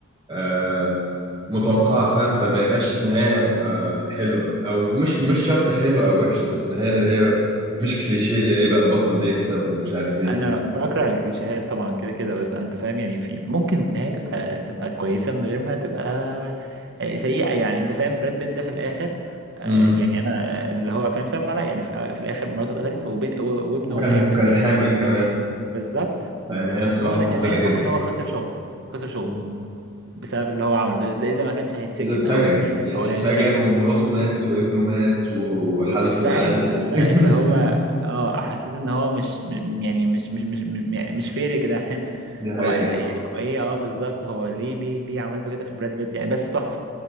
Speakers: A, on the right; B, on the right.
A: آه متوقعه فاهم فما يبقاش نهايه آه حلوه او مش مش شرط حلوه او وحشه بس النهايه اللي هي مش كليشيه اللي هي بقى البطل بيكسب ومش عارف ايه
B: انا بكره الكليشيهات طبعا كده كده بس أنا- انت فاهم يعني في ممكن النهايه تبقى تبقى كويسه من غير ما تبقى آه، سيئه يعني انت فاهم براد بيت ده في الاخر آه،
A: امم
B: يعني انا اللي هو فاهم سبب عليا يعني في الأ- في الاخر مراته اتقتلت وبين و- وابنه
A: وكانت
B: ولا ايام بنته
A: كانت حامل
B: كانت
A: كمان
B: بالظبط و-
A: يعني هي الصراحه
B: ونقطه
A: محزنه
B: كمان
A: جدا
B: المفروض ان هو خسر شغله خسر شغله
A: مم.
B: بسبب اللي هو عمله ده, ده اذا ما كانش هيتسجن
A: ده اتسجن
B: او هيتعدم
A: يعني
B: او
A: اتسجن
B: ايا كان
A: ومراته ماتت وابنه مات وحالته
B: فاهم
A: يعني
B: فاللي
A: <laughs>
B: هو اه حسيت ان هو مش م- يعني مش مش مش م- يعني مش فير يا جدعان <laughs>
A: دي حقيقة
B: هو ال- يعني هو ايه اه بالظبط هو ليه ليه ليه عملته كده في براد بيت يعني بس تحفه